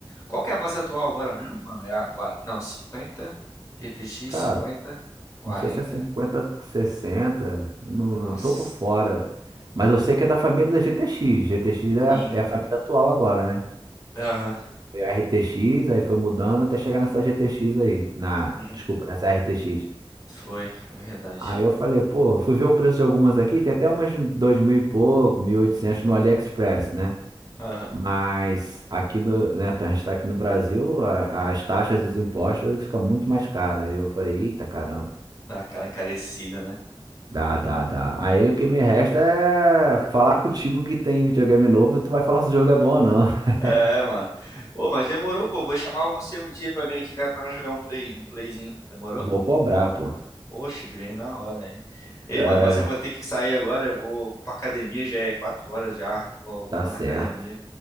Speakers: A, on the left (about 30°); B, on the right (about 45°).
A: Qual que é a mais atual agora mesmo, mano? É a 4... Não, 50, GTX
B: Cara,
A: cinquenta, 40,
B: não sei se é 50, 60, não
A: Nossa.
B: tô por fora. Mas eu sei que é da família da GTX. GTX é
A: Sim.
B: a, é a família atual agora, né?
A: Aham.
B: Foi a RTX, aí foi mudando até chegar nessa GTX aí. Na,
A: Hum,
B: desculpa, nessa RTX.
A: Foi, é verdade.
B: Aí eu falei, pô, fui ver o preço de algumas aqui, tem até umas de dois mil e pouco, 1.800 no AliExpress, né?
A: Aham.
B: Mas aqui no, né, a gente está aqui no Brasil, a- as taxas e os impostos ficam muito mais caras. Aí eu falei, eita caramba,
A: Dá aquela encarecida, né?
B: dá, dá, dá. Aí o que me resta é falar contigo que tem videogame novo e tu vai falar se o jogo é bom ou não. <laughs>
A: É, mano. Pô, mas demorou, pô. Vou chamar você um dia pra vir aqui em casa pra nós jogar um play, um playzinho. Demorou?
B: Vou cobrar, pô.
A: Poxa, ele veio na hora, hein? Ei,
B: É,
A: mano, mas eu vou ter que sair agora. Eu vou, vou pra academia, já é 4 horas já. Vou,
B: tá
A: vou
B: certo,
A: na academia.